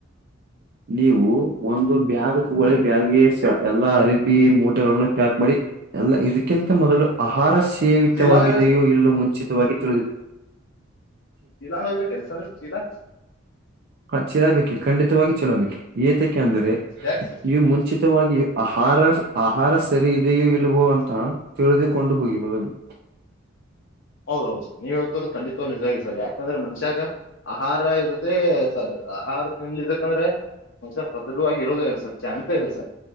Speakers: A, on the right; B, on the left.
A: ನೀವು ಒಂದು ಬ್ಯಾಗ್ ತಗೊಳ್ಳಿ ಬ್ಯಾಗ್ಗೆ ಎಲ್ಲಾ ಅರಿಬಿ ಮೂಟೆಗಳನ್ನು ಪ್ಯಾಕ್ ಮಾಡಿ ಅಲ್ಲ ಇದಕ್ಕಿಂತ ಮೊದಲು ಆಹಾರ ಸೇವಿತವಾಗಿದೆಯೋ
B: ಚೀಲ ಒಯ್ಬೇಕು
A: ಇಲ್ಲೋ ಮುಂಚಿತವಾಗಿ ತಿಳಿದುು
B: ಚೀಲಾ ನೋ್ಬೇಕ ಕೆಲ್ಸ ಚೀಲಾ
A: ಹ ಚಲ ಬೇಕಿ ಖಂಡಿತವಾಗಿ ಚಲಾ ಬೇಕಿ ಏತಕ್ಕೆ ಅಂದ್ರೆ
B: ಯಾಕೆ
A: ನೀವು ಮುಂಚಿತವಾಗಿ ಆಹಾರ ಆಹಾರ ಸರಿ ಇದೆಯೋ ಇಲ್ವೋ ಅಂತ ಎಳದಿಯ ಕೊೊಂಡುಬೋಗಿ ಮೊದಲು
B: ಹೌದ ಹೌದು ಸರ್ ನೀವ ಹೇಳ್ತ್ರ ಡಿತವಾಗಿ ನಿಜವಾಗ ಸರ್ ಯಕಂದ್ರೆ ಮನುಷ್ಯಾಗ ಆಹಾರ ಇರುದ್ರೆ ಆಹಾರ ತಿನ್ಲಿ ಇದಕಂದ್ರೆ ಮಂಷ ಸದೃರವಾಗಿ ಇರೋ ಇಲ್ಲ ಸರ್ ಜಾಣ್ತಾ ಇಲ್ಲ ಸರ್